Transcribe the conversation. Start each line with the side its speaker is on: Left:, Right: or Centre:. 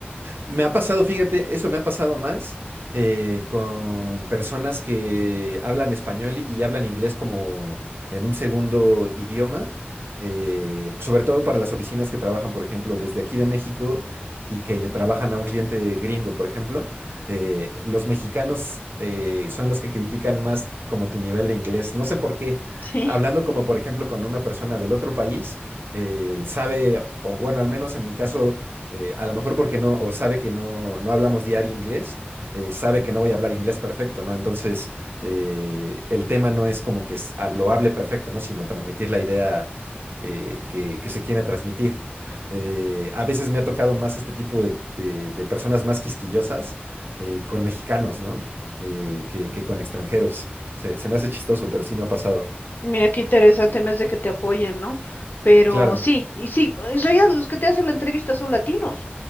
Right: Me ha pasado, fíjate, eso me ha pasado más eh, con personas que hablan español y hablan inglés como en un segundo idioma, eh, sobre todo para las oficinas que trabajan, por ejemplo, desde aquí de México y que le trabajan a un cliente gringo, por ejemplo. eh, los mexicanos eh, son los que critican más como tu nivel de inglés. No sé por qué.
Left: Sí.
Right: Hablando como, por ejemplo, con una persona del otro país, eh, sabe, o bueno, al menos en mi caso eh, a lo mejor porque no, o sabe que no, no hablamos diario inglés, eh, sabe que no voy a hablar inglés perfecto, ¿no? Entonces, eh, el tema no es como que es- ah, lo hable perfecto, ¿no? Sino transmitir la idea que, que- que se quiere transmitir. Eh, a veces me ha tocado más este tipo de, de- de personas más quisquillosas eh, con mexicanos, ¿no? Eh, que, que con extranjeros. Se, se me hace chistoso, pero sí me ha pasado.
Left: Mira qué interesante, más de que te apoyen, ¿no? Pero
Right: Claro,
Left: sí, y sí, en realidad los que te hacen la entrevista son latinos.